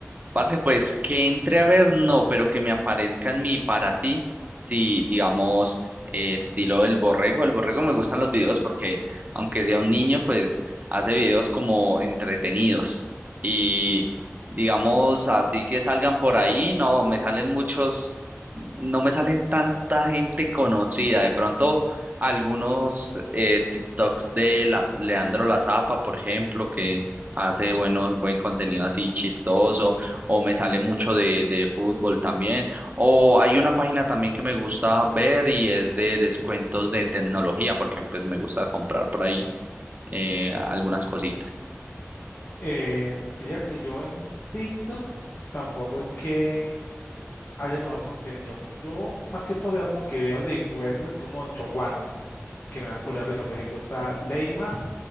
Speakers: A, on the right; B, on the left.
A: Parce, pues que entre a ver, no, pero que me aparezca en mi para ti, si digamos, eh, estilo el borrego. El borrego me gustan los videos porque, aunque sea un niño, pues hace videos como entretenidos. Y digamos, así que salgan por ahí, no, me salen muchos, no me salen tanta gente conocida. De pronto, algunos eh, TikToks de las Leandro La Zapa, por ejemplo, que hace buenos, buen contenido así chistoso o me sale mucho de, de fútbol también. O hay una página también que me gusta ver y es de descuentos de tecnología, porque pues me gusta comprar por ahí eh, algunas cositas.
B: Eh, pilla que yo en TikTok tampoco es que haya mejor contenido. Yo más que todo veo como que veo de influencers, así como choguanos, que me dan culo de risa. Por ejemplo, está Leymar